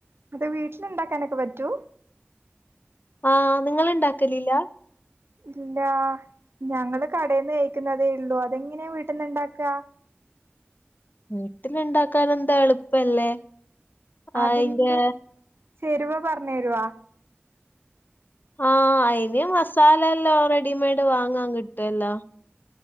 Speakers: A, on the right; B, on the left.
A: അത് വീട്ടില്ണ്ടാക്കാനൊക്കെ പറ്റൂ
B: ആഹ് നിങ്ങള് ഇണ്ടാക്കലില്ല
A: ഇല്ല ഞങ്ങള് കടേന്നു കഴിക്കുന്നതേ ഉള്ളൂ അതെങ്ങനെയാ വീട്ടിൽന്ന് ഇണ്ടാക്കാ
B: വീട്ടിന്തു ണ്ടാക്കാന എന്താ എളുപ്പല്ലേ ആ
A: അതിന്റെ
B: യിന്റെ
A: ചേരുവ പറഞ്ഞു തരുവാ
B: ആ അയിന് മസാല എല്ലാം റെഡിമെയഡ് വാങ്ങാൻ കിട്ടുവല്ലോ